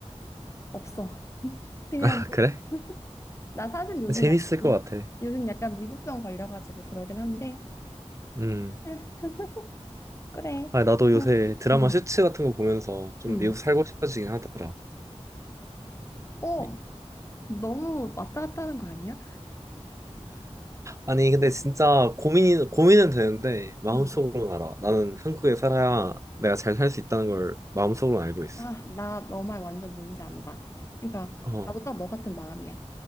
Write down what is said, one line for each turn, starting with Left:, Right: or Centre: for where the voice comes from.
Left: 없어. <laughs> 그냥
Right: <laughs> 아, 그래?
Left: <laughs> 나 사실 요즘
Right: 재밌을
Left: 약간
Right: 것 같아.
Left: 요즘 약간 미국병 걸려가지고 그러긴 한데
Right: 음.
Left: <laughs> 그래.
Right: 아, 나도 요새 드라마
Left: 응,
Right: 슈츠 같은 거 보면서 좀
Left: 응.
Right: 미국 살고 싶어지긴 하더라.
Left: 어
Right: 미-
Left: 너무 왔다 갔다 하는 거 아니야?
Right: 아니, 근데 진짜 고민이, 고민은 되는데, 마음속으로는
Left: 응.
Right: 알아. 나는 한국에 살아야 내가 잘 살 수 있다는 걸 마음속으로 알고 있어.
Left: 아, 나 너 말 완전 뭔지 안다. 그러니까
Right: 어,
Left: 나도 딱 너 같은 마음이야.